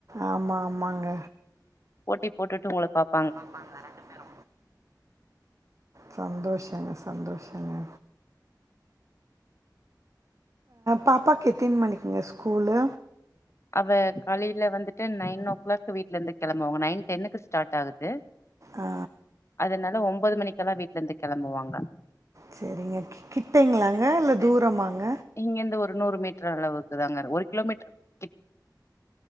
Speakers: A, on the right; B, on the left.
A: ஆமா ஆமாங்க
B: போட்டி போட்டுட்டு உங்கள பாப்
A: பாப்பாங்க ரெண்டு பேரு சந்தோஷங்க சந்தோஷங்க பாப்பாக்கு எத்தினி மணிக்குங்க ஸ்கூலு
B: அவ காலையில வந்துட்டு நைன் ஓ கிளாக் வீட்ல இருந்து கெளம்புவாங்க நைன் டென்னுக்கு ஸ்டார்ட் ஆகுது
A: ஆ
B: அதனால ஒம்பது மணிக்கெல்லாம் வீட்லருந்து கெளம்புவாங்க
A: செரிங்க கிட்டகிளாங்க இல்ல தூரமாங்க
B: இங்கிருந்து ஒரு நூறு மீட்டர் அளவுக்கு தாங்க ஒரு கிலோமீட்டர் கிட்